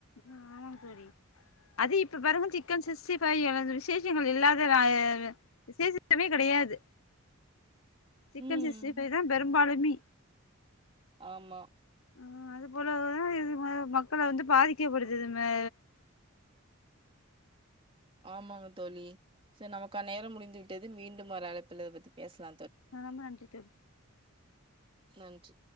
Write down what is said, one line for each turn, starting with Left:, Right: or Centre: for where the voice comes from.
Left: அ ஆமாங் தோழி அது இப்ப பாருங்க சிக்கன் சிக்ஸ்டி ஃபைவ் அல விசேஷங்கள் இல்லாத நாளே விசேஷமே கெடையா யாது சிக்கன்
Right: ம்
Left: சிக்ஸ்டி ஃபைவ்தா பெரும்பாலுமே
Right: ஆமா
Left: ஆ அது போலதா இது ம மக்கள வந்து பாதிக்கப்படுத்துது மே
Right: ஆமாங்கத் தோழி சே நமக்கான நேரம் முடிந்து விட்டது மீண்டும் ஒரு அழைப்புல இதபத்தி பேஸ்லா
Left: அ ரொம்ப நன்றி தோழி
Right: நன்றி